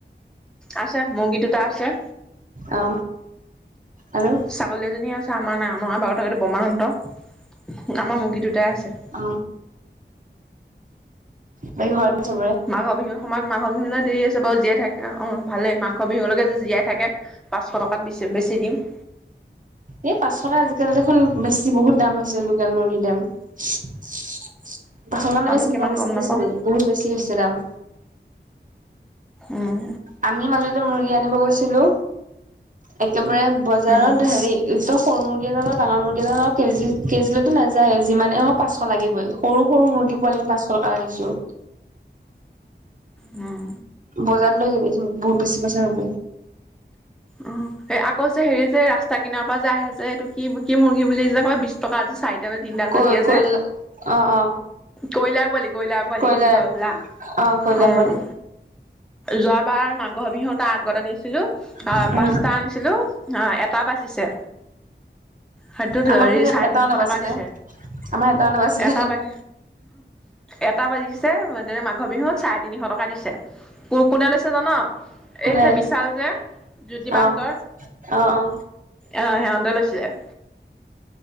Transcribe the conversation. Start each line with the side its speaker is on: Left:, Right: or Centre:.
Centre: আছে মুৰ্গী দুটা আছে,
Right: অ। আৰু
Centre: ছাগলী এজনী আছে, আমাৰ না নহয় বাৰু তাকো বৰমাহঁতৰ। আমাৰ মুৰ্গীটোত দুটাই আছে।
Right: অ বাকী ঘৰত চবৰে।
Centre: মাঘৰ বিহু সময়ত মাঘৰ বিহুলৈ দেৰি আছে বাৰু জীয়াই থাক। অ ভালেই মাংস বিহুলৈকে যদি জীয়াই থাকে পাঁচশ টকাত বেছি দিম।
Right: এই পাঁচশ টকাত আজিকালি দেখোন বেছি বহুত দাম হৈছে লোকেল মুৰ্গীৰ দাম। <unintelligible> কাৰণে
Centre: জানো
Right: বেছি
Centre: কিমান
Right: বেছি
Centre: গম নাপাওঁ
Right: বেছি বহুত বেছি হৈছে দাম
Centre: উম
Right: আমি মাজতে মুৰ্গী আনিব গৈছিলো একেবাৰে বজাৰত
Centre: উম
Right: হেৰি একদম সৰু মুৰ্গী এডালৰ ডাঙৰ মুৰ্গী এডালৰ কেজি কেজিলেটো নাজাইয়ে যিমানে আহক পাঁচশ লাগিবই সৰু সৰু মুৰ্গী পোৱালী পাঁচশ টকাত আনিছোঁ।
Centre: উম,
Right: বজাৰত লৈ যাবি বহুত বেছি পইছা পাব
Centre: উম, আকৌ যে হেৰি যে এই ৰাস্তা কিনাৰ পৰা যে আহে যে এইটো কি কি মুৰ্গী বুলি যে কয় বিশ টকাত চাৰিটা <unintelligible> তিনটা
Right: কৈ
Centre: যে দিয়ে
Right: কৈলা
Centre: যে
Right: অ অ
Centre: কয়লাৰ পোৱালি কয়লাৰ পোৱালি
Right: কয়লাৰ
Centre: বুলি কয় হ'বলা।
Right: অ কয়লাৰ
Centre: অ',
Right: পোৱালি
Centre: োৱাবাৰ মাঘৰ বিহু তাৰ আগত আনিছিলোঁ অ',
Right: উম
Centre: পাঁচটা আনিছিলো অ এটা বাচিছে। সেইটো
Right: আমাৰ
Centre: হেৰি
Right: কিন্তু
Centre: চাৰে
Right: এটাও
Centre: তিনিশ
Right: নাবাছিলে
Centre: টকা দিছে
Right: আমাৰ এটাও নাবাছিলে
Centre: এটা পাই এটা বাজিছে মাঘৰ বিহুত চাৰে তিনিশ টকা দিছে কো কোনে লৈছে জান?
Right: কোনে
Centre: এই যে বিশাল যে, জ্যোতি বাহঁতৰ
Right: অ অ অ
Centre: অ সেৱন্তে লৈছিলে